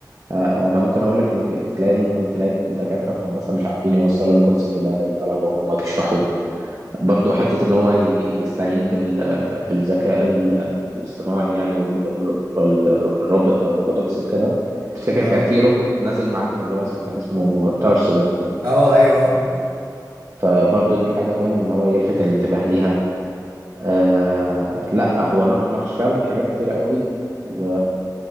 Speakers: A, on the right; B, on the right.
A: آه، انا ممكن اقول لك انه في تلاقي ممكن تلاقي دكاتره في هندسه مش عارفين يوصلوا الكونسبت ده للطلبه وهم بيشرحوه برضو حته ان هو ي- يستعين بال بالذكاء ال- الاصطناعي يعني والروبوتكس وكده تفتكر
B: أه
A: كان في روبوت نزل معاهم اللي هو اسمه كان اسمه تارس ده
B: أه أيوه
A: كان-
B: أه
A: فبرضو دي حاجه فاهم ان هو يلفت الانتباه ليها آه لا هو نق- ناقش فعلا حاجات كتيرة قوي و...